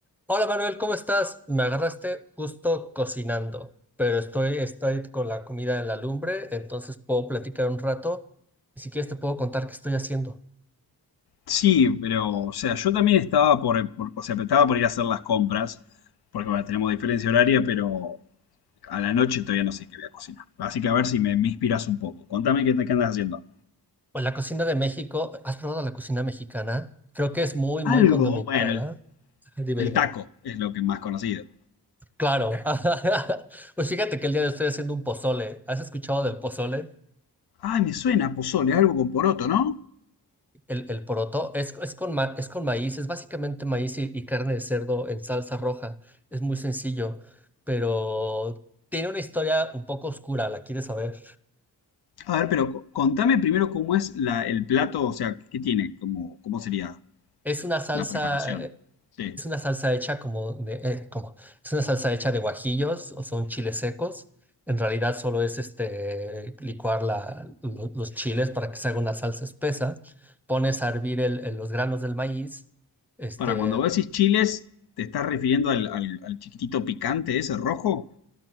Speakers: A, in the centre; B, on the left.
A: Hola Manuel, ¿cómo estás? Me agarraste justo cocinando, pero estoy, estoy con la comida en la lumbre, entonces puedo platicar un rato. Y si quieres te puedo contar qué estoy haciendo.
B: Sí, pero, o sea, yo también estaba por, por- o sea, estaba por ir a hacer las compras, porque bueno, tenemos diferencia horaria, pero a la noche todavía no sé qué voy a cocinar. Así que a ver si me, me inspiras un poco. Contame qué, qué andas haciendo.
A: Pues la cocina de México, ¿has probado la cocina mexicana? Creo que es muy,
B: Algo,
A: muy condimentada.
B: bueno, el,
A: <laughs> Dime,
B: el
A: dime.
B: taco es lo que más conocido.
A: Claro. <laughs> Pues fíjate que el día de hoy estoy haciendo un pozole. ¿Has escuchado del pozole?
B: Ay, me suena pozole, algo con poroto, ¿no?
A: El, el poroto es, es, con ma- es con maíz, es básicamente maíz y, y carne de cerdo en salsa roja. Es muy sencillo, pero tiene una historia un poco oscura, la quieres saber.
B: A ver, pero co- contame primero cómo es la- el plato, o sea, qué tiene, cómo, cómo sería
A: Es una salsa,
B: la preparación.
A: eh,
B: Sí.
A: es una salsa hecha como de, eh, como, es una salsa hecha de guajillos o son chiles secos. En realidad solo es este, licuar la, lo- los chiles para que se haga una salsa espesa. Pones a hervir el- el- los granos del maíz. Este,
B: Para cuando vos decís chiles, ¿te estás refiriendo al, al al chiquitito picante ese rojo?